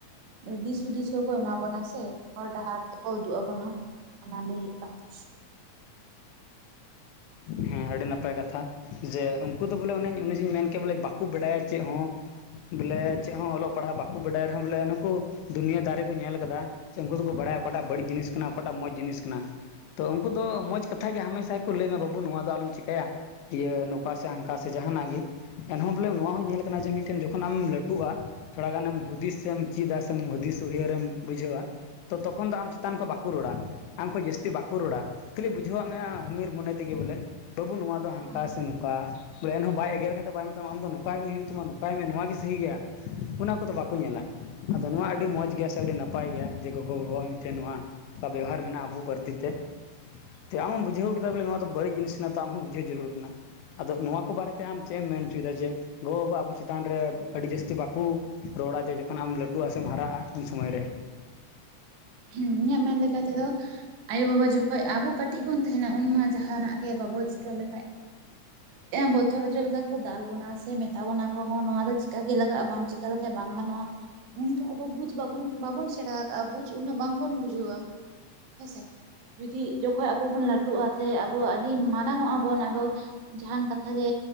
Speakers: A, on the right; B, on the left.
A: ᱫᱤᱥ ᱦᱩᱫᱤᱥ ᱦᱚᱸᱠᱚ ᱮᱢᱟ ᱵᱚᱱᱟ ᱥᱮ ᱦᱚᱨ ᱰᱟᱦᱟᱨ ᱛᱮᱠᱚ ᱩᱫᱩᱜ ᱟᱵᱚᱱᱟ ᱚᱱᱟ ᱞᱟᱹᱭ ᱦᱚᱭᱚᱜ ᱠᱟᱱ ᱛᱟᱦᱮ
B: ᱦᱮᱸ ᱟᱹᱰᱤ ᱱᱟᱯᱟᱭ ᱠᱟᱛᱷᱟ ᱡᱮ ᱩᱱᱠᱩ ᱫᱚ ᱵᱚᱞᱮ ᱩᱱᱤ ᱡᱮᱧ ᱢᱮᱱ ᱠᱮᱜ ᱵᱚᱞᱮ ᱵᱟᱠᱚ ᱵᱟᱰᱟᱭᱟ ᱪᱮᱫ ᱦᱚᱸ ᱵᱚᱞᱮ ᱪᱮᱫ ᱦᱚᱸ ᱚᱞᱚᱜ ᱯᱟᱲᱦᱟᱜ ᱵᱟᱠᱚ ᱵᱟᱰᱟᱭ ᱨᱮᱦᱚᱸ ᱵᱚᱞᱮ ᱩᱱᱠᱩ ᱫᱩᱱᱤᱭᱟᱹ ᱫᱟᱨᱮ ᱠᱚ ᱧᱮᱞ ᱠᱟᱫᱟ ᱥᱮ ᱩᱱᱠᱩ ᱫᱚᱠᱚ ᱵᱟᱲᱟᱭᱟ ᱚᱠᱟᱴᱟᱜ ᱵᱟᱹᱲᱤᱡ ᱡᱤᱱᱤᱥ ᱠᱟᱱᱟ ᱚᱠᱟᱴᱟᱜ ᱢᱚᱡᱽ ᱡᱤᱱᱤᱥ ᱠᱟᱱᱟ ᱛᱚ ᱩᱱᱠᱩ ᱫᱚ ᱢᱚᱸᱡᱽ ᱠᱟᱛᱷᱟ ᱜᱮ ᱦᱟᱢᱮᱥᱟ ᱜᱮ ᱞᱟᱹᱭᱟᱢᱟ ᱵᱟᱹᱵᱩ ᱱᱚᱣᱟ ᱫᱚ ᱟᱞᱚᱢ ᱪᱤᱠᱟᱹᱭᱟ ᱤᱭᱟᱹ ᱱᱚᱝᱠᱟ ᱥᱮ ᱦᱟᱸᱝᱠᱟ ᱥᱮ ᱡᱟᱦᱟᱱᱟᱜ ᱜᱮ ᱮᱱᱦᱚᱸ ᱵᱚᱞᱮ ᱱᱚᱣᱟ ᱦᱚᱸ ᱧᱮᱞ ᱠᱟᱱᱟ ᱡᱮ ᱢᱤᱫᱴᱮᱱ ᱡᱚᱠᱷᱚᱱ ᱟᱢᱮᱢ ᱞᱟᱹᱴᱩᱜᱼᱟ ᱛᱷᱚᱲᱟ ᱜᱟᱱᱮᱢ ᱦᱩᱫᱤᱥ ᱮᱢ ᱪᱮᱫᱟ ᱥᱮ ᱦᱩᱫᱤᱥ ᱩᱭᱦᱟᱹᱨᱮᱢ ᱵᱩᱡᱷᱟᱹᱣᱟ ᱛᱚ ᱛᱚᱠᱷᱚᱱ ᱫᱚ ᱟᱢ ᱪᱮᱛᱟᱱ ᱠᱷᱚᱱ ᱵᱟᱠᱚ ᱨᱚᱲᱟ ᱟᱢ ᱠᱷᱚᱡ ᱡᱟᱹᱥᱛᱤ ᱵᱟᱠᱚ ᱨᱚᱲᱟ ᱠᱷᱟᱹᱞᱤ ᱵᱩᱡᱷᱟᱹᱣᱟᱜ ᱢᱮᱭᱟ ᱟᱢᱤᱨ ᱢᱚᱱᱮᱛᱮ ᱛᱮᱜᱮ ᱵᱚᱞᱮ ᱵᱟᱹᱵᱩ ᱱᱚᱣᱟ ᱫᱚ ᱦᱟᱸᱝᱠᱟ
A: ᱛᱟᱦᱮᱸᱫ᱾
B: ᱥᱮ ᱱᱚᱝᱠᱟ ᱵᱚᱞᱮ ᱮᱱᱦᱚᱸ ᱵᱟᱭ ᱮᱜᱮᱨ ᱠᱟᱛᱮᱫ ᱵᱟᱭ ᱢᱮᱛᱟᱢᱟ ᱟᱢ ᱫᱚ ᱱᱚᱝᱠᱟ ᱜᱮ ᱦᱩᱭᱩᱜ ᱛᱟᱢᱟ ᱱᱚᱝᱠᱟᱭ ᱢᱮ ᱱᱚᱣᱟ ᱜᱮ ᱥᱟᱦᱤ ᱜᱮᱭᱟ ᱚᱱᱟ ᱠᱚᱫᱚ ᱵᱟᱠᱚ ᱧᱮᱞᱟ ᱟᱫᱚ ᱱᱚᱣᱟ ᱟᱹᱰᱤ ᱢᱚᱡᱽ ᱜᱮᱭᱟ ᱥᱮ ᱟᱹᱰᱤ ᱱᱟᱯᱟᱭ ᱜᱮᱭᱟ ᱡᱮ ᱜᱚᱜᱚᱼᱵᱟᱵᱟᱣᱟᱜ ᱢᱤᱫᱴᱮᱱ ᱱᱚᱣᱟ ᱵᱮᱣᱦᱟᱨ ᱢᱮᱱᱟᱜᱼᱟ ᱟᱵᱚ ᱯᱟᱹᱨᱥᱤ ᱛᱮ ᱛᱚ ᱟᱢᱮᱢ ᱵᱩᱡᱷᱟᱹᱣ ᱠᱮᱫᱟ ᱵᱚᱞᱮ ᱱᱚᱣᱟ ᱫᱚ ᱵᱟᱹᱲᱤᱡ ᱡᱤᱱᱤᱥ ᱠᱟᱱᱟ ᱛᱚ ᱟᱢ ᱦᱚᱸ ᱵᱩᱡᱷᱟᱹᱣ ᱡᱟᱹᱨᱩᱲ ᱠᱟᱱᱟ ᱟᱫᱚ ᱱᱚᱣᱟ ᱠᱚ ᱵᱟᱨᱮᱛᱮ ᱟᱢ ᱪᱮᱫ ᱮᱢ ᱢᱮᱱ ᱚᱪᱚᱭᱮᱫᱟ ᱡᱮ ᱜᱚᱼᱵᱟᱵᱟ ᱟᱵᱚ ᱪᱮᱛᱟᱱ ᱨᱮ ᱟᱹᱰᱤ ᱡᱟᱹᱥᱛᱤ ᱵᱟᱠᱚ ᱨᱚᱲᱟ ᱡᱮ ᱡᱚᱠᱷᱚᱱ ᱟᱢ ᱞᱟᱹᱴᱩᱜᱼᱟ ᱥᱮᱢ ᱦᱟᱨᱟᱜᱼᱟ ᱩᱱ ᱥᱩᱢᱚᱭ ᱨᱮ
A: ᱦᱮᱸ ᱤᱧᱟᱹᱜ ᱢᱮᱱ ᱞᱮᱠᱟ ᱛᱮᱫᱚ ᱟᱭᱳᱼᱵᱟᱵᱟ ᱡᱚᱠᱷᱚᱱ ᱟᱵᱚ ᱠᱟᱹᱴᱤᱡ ᱵᱚᱱ ᱛᱟᱦᱮᱱᱟ ᱩᱱᱢᱟ ᱡᱟᱦᱟᱱᱟᱜ ᱜᱮ ᱵᱟᱵᱚ ᱪᱤᱠᱟᱹ ᱞᱮᱠᱷᱟᱡ ᱵᱚᱛᱚᱨ ᱦᱚᱪᱚ ᱞᱮᱠᱟ ᱠᱚ ᱫᱟᱞ ᱵᱚᱱᱟ ᱥᱮ ᱢᱮᱛᱟ ᱵᱚᱱᱟ ᱠᱚᱦᱚᱸ ᱱᱚᱣᱟ ᱫᱚ ᱪᱮᱠᱟ ᱜᱮ ᱞᱟᱜᱟᱜᱼᱟ ᱵᱟᱝ ᱚᱱᱠᱟ ᱞᱮᱠᱟᱱ ᱵᱟᱝ ᱜᱟᱱᱚᱜᱼᱟ ᱩᱱ ᱫᱚ ᱟᱵᱚ ᱵᱩᱡᱽ ᱵᱟᱵᱚᱱ ᱵᱟᱵᱚᱱ ᱥᱮᱬᱟ ᱟᱠᱟᱜᱼᱟ ᱵᱩᱡᱽ ᱩᱱᱟᱹᱜ ᱵᱟᱝ ᱵᱚᱱ ᱵᱩᱡᱷᱟᱹᱣᱟ ᱦᱮᱸᱥᱮ ᱡᱩᱫᱤ ᱡᱚᱠᱷᱚᱱ ᱟᱵᱚ ᱵᱚᱱ ᱞᱟᱹᱴᱩᱜᱼᱟ ᱟᱵᱚᱣᱟᱜ ᱟᱹᱰᱤ ᱟᱹᱰᱤ ᱢᱟᱨᱟᱝᱚᱜ ᱟᱵᱚᱱ ᱟᱫᱚ ᱡᱟᱦᱟᱱ ᱠᱟᱛᱷᱟ ᱜᱮ